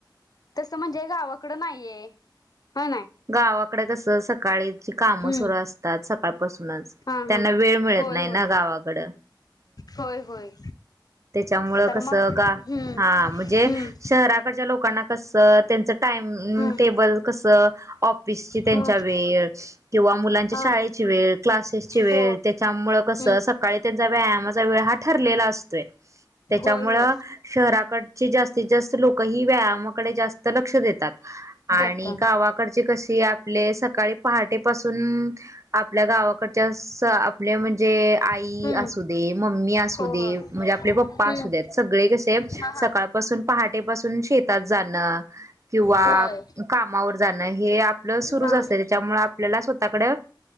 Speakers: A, on the left (about 55°); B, on the right (about 40°).
A: तसं म्हणजे गावाकडं नाहीये. हा नाही
B: गावाकडे तस सकाळीची कामं
A: हम्म
B: सुरू असतात. सका ळपासूनच
A: हा
B: त्यांना
A: हा
B: वेळ मिळत
A: होय
B: नाही
A: होय
B: ना गावाकड.
A: होय होय.
B: त्याच्यामुळ
A: तर
B: कसं,
A: मग हम्म
B: गा हा म्हणजे
A: हम्म
B: शहराकडच्या लोकांना कसं त्यांच टाइम
A: हम्म
B: टेबल कस ऑफिसची त्यांच्या
A: हा
B: वेळ किंवा मुलांच्या
A: हा
B: शाळेची वेळ, क्लासेसची वेळ
A: हो
B: त्याच्यामु
A: हम्म
B: कसं सकाळी त्यांचा व्यायाम व्यायामाचा वेळ हा ठरला असतोय, त्याच्यामुळे
A: होय होय
B: शहराकडे जास्तीत जास्त लोक ही व्यायामाकडे जास्त लक्ष देतात आणि
A: देत
B: गावा हे आपले सकाळी पहाटेपासून आपल्या गावाकडच्या आपले म्हणजे. आई
A: हम्म
B: असू दे, मम्मी असू
A: हो
B: दे,
A: हो
B: म्हणजे आपले पप्पा
A: हम्म
B: असू दे, सगळे कसे
A: हा हा
B: सकाळपासून पहाटेपासून शेतात जाणार किंवा
A: होय
B: कामावर जाण. हे आपलं सुरू
A: हा
B: असतं. त्यामुळे आपल्याला स्वतःकडे